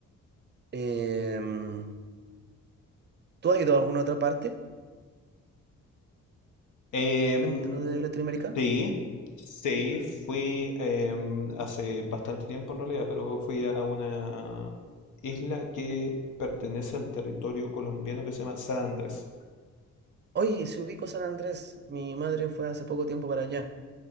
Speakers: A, on the right (about 35°); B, on the left (about 80°).
A: Em, ¿tú has ido a alguna otra parte
B: Em,
A: dentro de Latinoamérica?
B: Sí, sí, fui em, hace bastante tiempo en realidad, pero fui a una isla que pertenece al territorio colombiano que se llama San Andrés.
A: Oye, si ubico San Andrés, mi madre fue hace poco tiempo para allá.